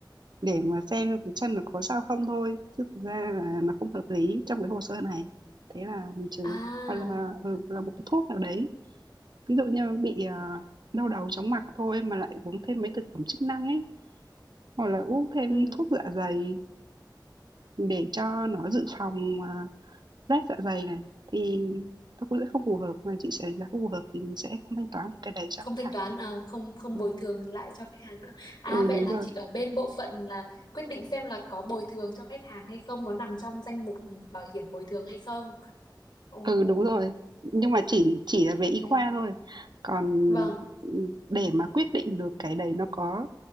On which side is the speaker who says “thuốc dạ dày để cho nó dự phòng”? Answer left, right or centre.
Right